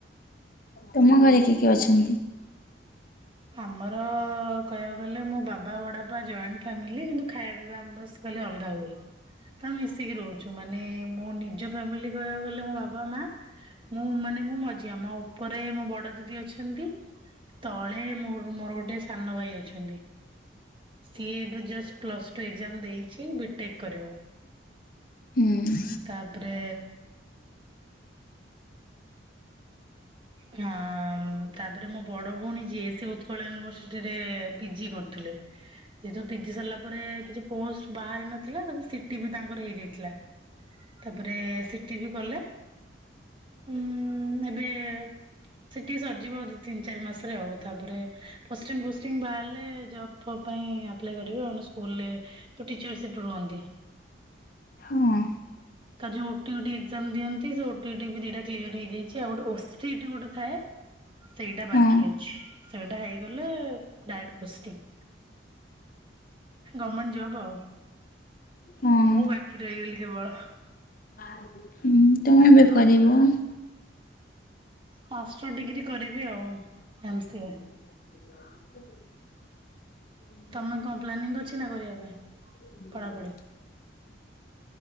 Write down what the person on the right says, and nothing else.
ଆମର କହିବାକୁ ଗଲେ ମୋ ବାବା ବଡ ବାପା ଜଏଣ୍ଟ ଫ୍ୟାମିଲି କିନ୍ତୁ ଖାଇବା ପିଇବା ଆମ ବା ଖାଲି ଅଲଗା ହୁଏ ତ ଆମେ ମିଶିକି ରହୁଛୁ ମାନେ ମୋ ନିଜ ଫ୍ୟାମିଲି କହିବାକୁ ଗଲେ ମୋ ବା ବାବା ମା ମୁଁ ମାନେ ମୁଁ ମଝିଆ ମୋ ଉପରେ ମୋ ବଡ ଦିଦି ଅଛନ୍ତି। ତଳେ ମୋର ମୋର ଗୋଟେ ସାନ ଭାଇ ଅଛନ୍ତି। ସିଏ ଏବେ ଜଷ୍ଟ୍ ପ୍ଲସ୍ ଟୁ ଏକ୍ଜାମ ଦେଇଛି ବି ଟେକ୍ କରିବ।
ତାପରେ ହଁ ତା ତାପରେ ମୋ ବଡ ଭଉଣୀ ଯିଏ ସିଏ ଉତ୍କଳ ୟୁନିଭରସିଟିରେ ପିଜି କରୁଥିଲେ। ସେ ଯୋଉ ପିଜି ସରିଲା ପରେ କିଛି ପୋଷ୍ଟ ବାହାରି ନଥିଲା ତାପରେ ସିଟି ବି ତାଙ୍କର ହେଇଯାଇଥିଲା। ତାପରେ ସିଟିି ବି କଲେ ଉଁ ଏବେ ସିଟି ସରିଯିବ ଦି ତିନି ଚାରି ମାସରେ ଆଉ ତାପରେ ପୋଷ୍ଟିଂ ଫୋଷ୍ଟିଂ ବାହାରିଲେ ଜବ୍ ଫବ୍ ପାଇଁ ଆପ୍ଲାଏ କରିବେ ନହେଲେ ସ୍କୁଲରେ ଯୋଉ ଟିଚରସିପରେ ରୁହନ୍ତି।
ତାର ଯୋଉ ଓଟିଟି ଏକ୍ଜାମ ଦିଅନ୍ତି ସେ ଓଟିଟି ବି ଦିଟା କ୍ଲିୟର ହେଇଯାଇଛି ଆଉ ଗୋଟେ ଓଷ୍ଟ୍ରିଟ୍ ଗୋଟେ ଥାଏ। ସେଇଟା ବାକି
ଅଛି ସେଇଟା ହେଇଗଲେ ଡାଇରେକ୍ଟ ପୋଷ୍ଟିଂ। ଗମେଣ୍ଟ ଜବ ଆଉ।
ମୁଁ ବାକି ରହିଗଲି କେବଳ।
ମାଷ୍ଟର ଡିଗ୍ରୀ କରିବି ଆଉ ଏମ ସି ଏ।
ତମେ କଣ ପ୍ଲାନିଂ ଅଛି ନା କରିବା ପାଇଁ?
ପଢାପଢି?